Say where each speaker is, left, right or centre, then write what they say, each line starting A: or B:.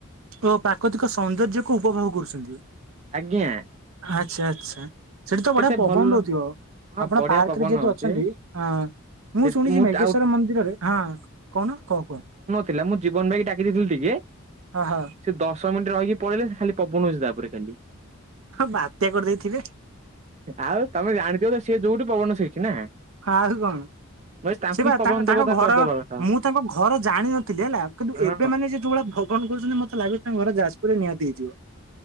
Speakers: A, on the right (about 70°); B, on the right (about 30°).
A: ଓ ପ୍ରାକୃତିକ ସୌନ୍ଦର୍ଯ୍ୟକୁ ଉପଭୋଗ କରୁଛନ୍ତି।
B: ଆଜ୍ଞା
A: ଆଛା ଆଛା। ସେଠି ତ
B: କେତେ
A: ବଢିଆ ପବନ
B: ଭଲ
A: ଦଉଥିବ
B: ହଁ
A: ଆପଣ
B: ବଢିଆ
A: ପାର୍କ
B: ପବନ
A: ରେ ଜଉଟି
B: ଅଛି।
A: ଅଛନ୍ତି ଅଁ ମୁଁ
B: ସେ
A: ଶୁଣିଛି ମେଘେଶ୍ଵର
B: ଆଉ
A: ମନ୍ଦିରରେ, ହଁ କହୁନ କହ କୁହ।
B: ଥିଲା ମୁଁ ଜୀବନ ଭାଇ ଡାକି ଦେଇଥିଲି ଟିକେ।
A: ଅ ହ।
B: ସେ ଦଶ ମିନିଟ ରହିକି ପଳେଇଲେ ଖାଲି ପବନ ହଉଛି ତାପରେ ଖାଲି।
A: ବାତ୍ୟା କରିଦେଇଥିବେ।
B: ଆଉ ତମେ ଜାଣିଥିବ ତ ସେ ଯଉଠି ପବନ ସେଇଠି ନା
A: ଆଉ କଣ
B: ବାସ୍ ତାଙ୍କୁ
A: ସେ ବା
B: ହିଁ ପବନ
A: ତାଙ୍କ
B: ଦେବତା
A: ତାଙ୍କ ଘର
B: କରିଦବା କଥା
A: ମୁଁ ତାଙ୍କ ଘର ଜାଣିନଥିଲି ହେଲା କିନ୍ତୁ
B: ହଁ।
A: ଏବେ ମାନେ ଯେ ଯଉଭଳିଆ <unintelligible> କରୁଛନ୍ତି ମତେ ଲାଗୁଚି ତାଙ୍କ ଘର ଯାଜପୁରରେ ନିହାତି ହେଇଥିବ।